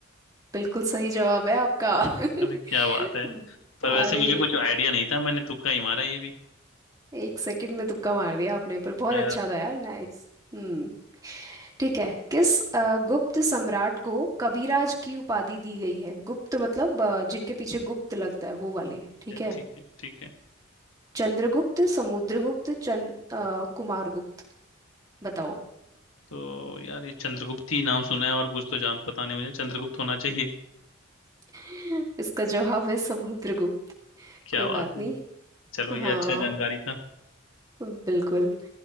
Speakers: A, on the right; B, on the left.
A: बिल्कुल सही जवाब है आपका <laughs>
B: अरे क्या बात है पर वैसे
A: अरे
B: मुझे कुछ आइडिया नहीं था मैंने तुक्का ही मारा ये भी
A: एक सेकंड में तुक्का मार दिया आपने पर बहुत
B: अ,
A: अच्छा था यार नाइस हम्म ठीक है किस अ, गुप्त सम्राट को कविराज की उपाधि दी गई है गुप्त मतलब अ, जिनके पीछे गुप्त लगता है वो वाले
B: ठीक
A: ठीक
B: है
A: है
B: ठीक है ठीक है
A: चंद्रगुप्त समुद्रगुप्त चंद अ, कुमारगुप्त बताओ
B: तो यार ये चंद्रगुप्त ही नाम सुना है और कुछ तो जान पता नहीं मुझे चंद्रगुप्त होना चाहिए
A: <laughs> इसका जवाब है समुद्रगुप्त
B: क्या
A: कोई
B: बात
A: बात
B: है
A: नहीं
B: चलो ये
A: हाँ
B: अच्छा जानकारी था
A: बिल्कुल